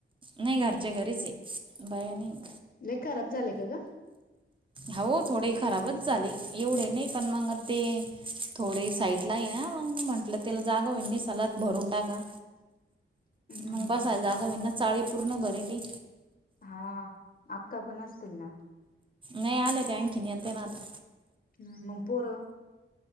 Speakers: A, on the right; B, on the left.
A: नाही घरच्या घरीच आहे बाहेर नाही.
B: लय खराब झालेय का ग?
A: हो थोडे खराबच झाले एवढे नाही पण मग ते थोडे साईट ला आहे ना मग म्हंटलं तेला जागा होईन सलात भरून टाका.
B: <inaudible>
A: मग बसायला
B: का
A: जागा होईना ना चाळी पूर्ण भरेली.
B: हा आक्का पण असतील ना.
A: नाही आले ते आणखीन येताय ना आता.
B: नाय मंग पोरं